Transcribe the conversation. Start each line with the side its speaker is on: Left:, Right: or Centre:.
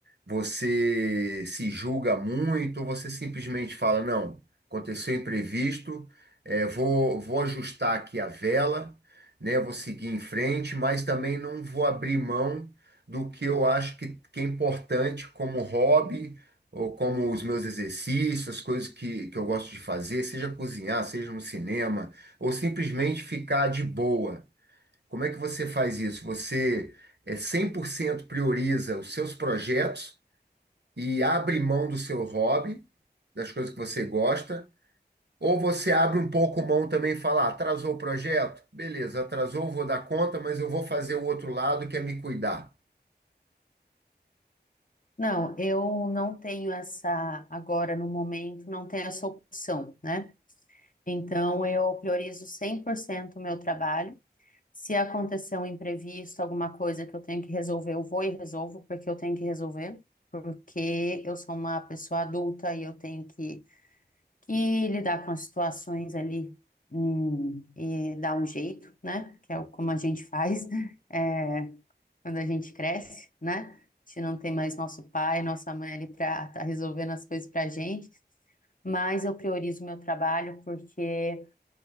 Right: você se julga muito, ou você simplesmente fala, não, aconteceu imprevisto, é, vou, vou ajustar aqui a vela, né? Vou seguir em frente, mas também não vou abrir mão do que eu acho que, que é importante como hobby. ou como os meus exercícios, as coisas que, que eu gosto de fazer, seja cozinhar, seja no cinema, ou simplesmente ficar de boa como é que você faz isso? Você é 100% prioriza os seus projetos e abre mão do seu hobby, das coisas que você gosta, ou você abre um pouco mão também e fala, "Ah, atrasou o projeto? Beleza, atrasou, vou dar conta, mas eu vou fazer o outro lado que é me cuidar.
Left: Não, eu não tenho essa, agora no momento, não tenho essa opção, né? Então, eu priorizo 100% o meu trabalho. Se acontecer um imprevisto, alguma coisa que eu tenho que resolver, eu vou e resolvo, porque eu tenho que resolver, porque eu sou uma pessoa adulta e eu tenho que, que lidar com as situações ali, hum, e dar um jeito, né? Que é o- como a gente faz, <laughs> é, quando a gente cresce, né? A gente não tem mais nosso pai, nossa mãe ali para estar resolvendo as coisas para a gente, mas eu priorizo o meu trabalho porque